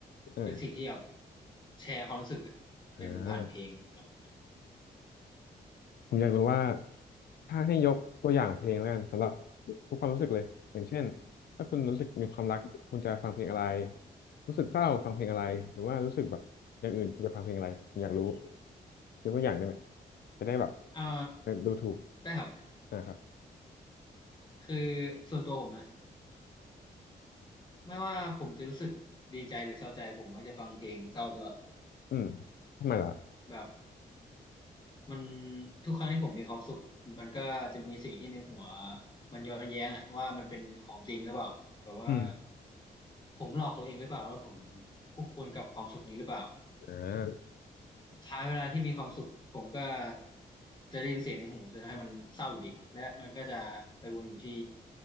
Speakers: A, on the left (about 55°); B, on the left (about 25°).
A: เออ
B: เป็นสิ่งที่แบบแชร์ความรู้สึกอะเป็นผ่านเพลงสำหรับผมนะ
A: อ่า ผมอยากรู้ว่าถ้าให้ยกตัวอย่างเพลงแล้วกันสำหรับทุกความรู้สึกเลยอย่างเช่นถ้าคุณรู้สึกมีความรักคุณจะฟังเพลงอะไรรู้สึกเศร้าฟังเพลงอะไรหรือว่ารู้สึกแบบอย่างอื่นคุณจะฟังเพลงอะไรผมอยากรู้ยกตัวอย่างได้ไหมจะได้แบบ
B: อ่า
A: เดูถูก
B: ได้ครับ
A: นะครับ
B: คือส่วนตัวผมนะ ไม่ว่าผมจะรู้สึกดีใจหรือเศร้าใจผมมักจะฟังเพลงเศร้าตลอด
A: อืมทำไมล่ะ
B: แบบมันทุกครั้งที่ผมมีความสุขมันก็จะมีสิ่งที่ในหัวมันย้อนแย้งอะว่ามันเป็นของจริงหรือเปล่าแบบว่า
A: อืม
B: ผมหลอกตัวเองหรือเปล่าแล้วผมคู่ควรกับความสุขนี้หรือเปล่า
A: อ่า
B: สุดท้ายเวลาที่มีความสุขผมก็จะได้ยินเสียงในหูจะทำให้มันเศร้าอยู่ดีและมันก็จะไปวนอยู่ที่